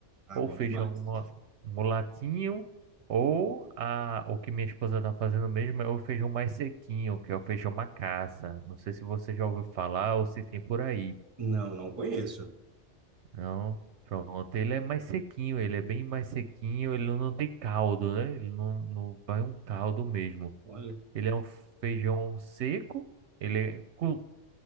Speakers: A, on the right; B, on the right.
A: Ah,
B: Ou
A: bom
B: feijão
A: demais.
B: mula- mulatinho, ou a, o que minha esposa tá fazendo mesmo é o feijão mais sequinho, que é o feijão macaça. Não sei se você já ouviu falar ou se tem por aí.
A: Não, não conheço.
B: Não? Pronto, ele é mais sequinho, ele é bem mais sequinho, ele não tem caldo, né? Ele não, não vai um caldo mesmo.
A: Olha,
B: Ele é um feijão seco. Ele é cu-